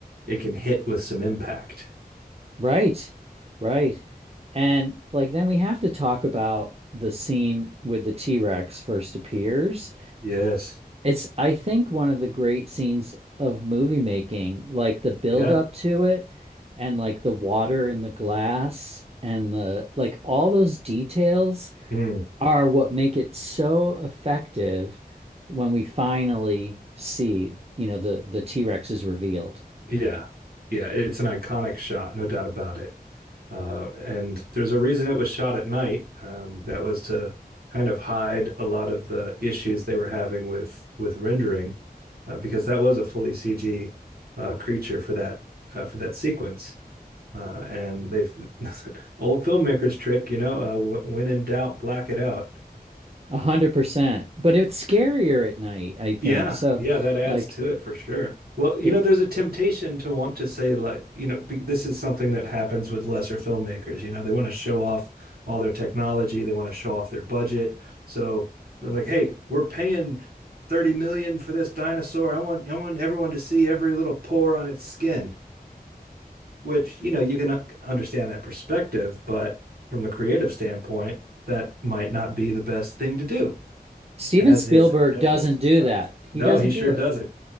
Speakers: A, on the right; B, on the right.
A: it can hit with some impact.
B: Right. Right. And like then we have to talk about the scene with the T-Rex first appears
A: Yes.
B: It's, I think, one of the great scenes of movie making, like the build
A: Yeah.
B: up to it and like the water and the glass and the like all those details
A: Mm.
B: are what make it so effective when we finally see, you know, the the T-Rex is revealed.
A: Yeah. Yeah. It's an iconic shot, no doubt about it. Uh, and there's a reason it was shot at night. Um, that was to kind of hide a lot of the issues they were having with with rendering, uh, because that was a fully CG uh, creature for that uh, for that sequence. Uh, and they've <laughs> old filmmakers trick, you know, uh, when in doubt, black it out.
B: A hundred percent. But it's scarier at night, I think.
A: Yeah,
B: So
A: yeah, that adds
B: like
A: to it for sure. Well, you
B: it,
A: know, there's a temptation to want to say, like, you know, be, this is something that happens with lesser filmmakers. You know, they want to show off all their technology, they want to show off their budget. So they're like, hey, we're paying 30 million for this dinosaur. I want, I want everyone to see every little pore on its skin, which, you know, you can uh, understand that perspective, but from the creative standpoint, that might not be the best thing to do,
B: Steven
A: as
B: Spielberg
A: is evidenced
B: doesn't do
A: by
B: that.
A: this.
B: He
A: No,
B: doesn't
A: he sure
B: do it.
A: doesn't.